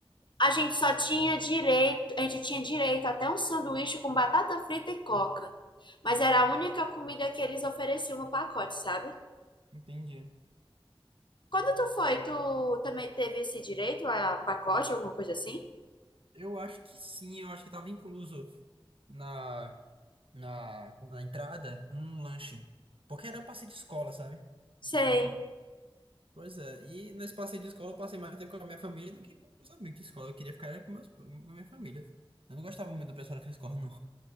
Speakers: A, on the left; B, on the right.
A: A gente só tinha direito, a gente tinha direito até um sanduíche com batata frita e coca. Mas era a única comida que eles ofereciam no pacote, sabe?
B: Entendi.
A: Quando tu foi, tu também teve esse direito a pacote, alguma coisa assim?
B: Eu acho que sim, eu acho que tava incluso na, na, na entrada um lanche. Porque era passeio de escola, sabe?
A: Sei.
B: Pois é, e nesse passeio de escola eu passei mais tempo com a minha família do que com os amigos de escola. Eu queria ficar era com, meus, com a minha família. Eu não gostava muito do pessoal daquela escola, não.